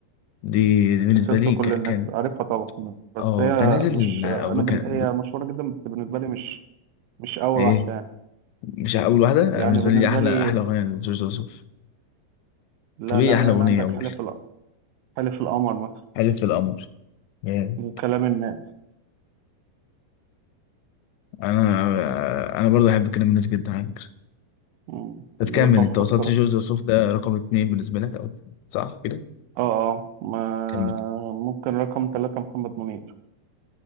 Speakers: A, on the left; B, on the right.
A: دي, دي بالنسبة
B: سلسلة
A: لي
B: كل
A: ك-
B: الناس
A: كان
B: عارفها طبعا بس
A: اه
B: هي
A: كان نازل
B: مش
A: ع-
B: انا
A: كان
B: بن... هي مشهورة جدا بس بالنسبة لي مش مش اول
A: إيه
B: واحدة يعني
A: مش ع- أول واحدة أنا
B: يعني
A: بالنسبة
B: بالنسبة
A: لي أحلى
B: لي
A: أحلى أغنية لجورج وسوف
B: لا
A: طب إيه
B: لا
A: أحلى
B: يعني
A: أغنية
B: عندك
A: أقول
B: حلف الق... حلف القمر مثلا
A: حلف في القمر يعني
B: وكلام الناس
A: أنا أنا برضه أحب كلام الناس جدا على فكرة
B: مم.
A: طب
B: ده
A: كمل
B: تحفة
A: أنت وصلت
B: بصراحة
A: جورج وسوف ده رقم اتنين بالنسبة لك أو صح كده؟
B: اه اه ما
A: كمل
B: ممكن رقم ثلاثة محمد منير